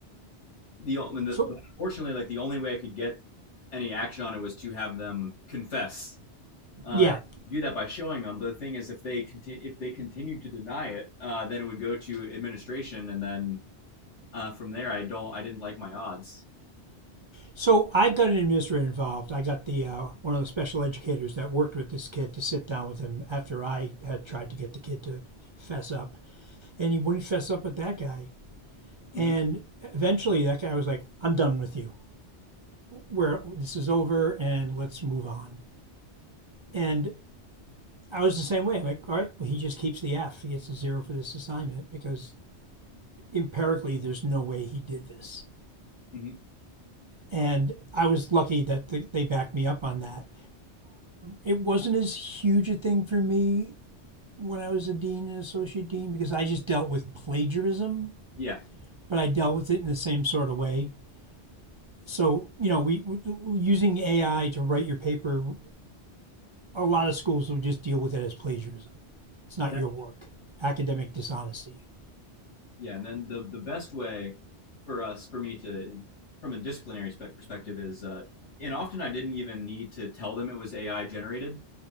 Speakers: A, on the left; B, on the right.
A: the o- I mean, the,
B: So
A: the, unfortunately, like the only way I could get any action on it was to have them confess. Uh,
B: yeah.
A: do that by showing them. But the thing is, if they conti- if they continued to deny it, uh, then it would go to administration, and then uh, from there, I don't, I didn't like my odds.
B: So I got an administrator involved. I got the uh, one of the special educators that worked with this kid to sit down with him after I had tried to get the kid to fess up, and he wouldn't fess up with that guy.
A: hmm
B: And eventually, that guy was like, "I'm done with you. where this is over and let's move on. And I was the same way. Like, all right, well, he just keeps the F. He gets a zero for this assignment because empirically, there's no way he did this.
A: hmm
B: And I was lucky that they backed me up on that. It wasn't as huge a thing for me when I was a dean and associate dean because I just dealt with plagiarism,
A: Yeah,
B: but I dealt with it in the same sort of way. So, you know, we, we using AI to write your paper a lot of schools will just deal with it as plagiarism. It's not
A: that,
B: your work. Academic dishonesty.
A: yeah. And then the the best way for us, for me to, from a disciplinary spec perspective, is, uh, and often I didn't even need to tell them it was AI generated.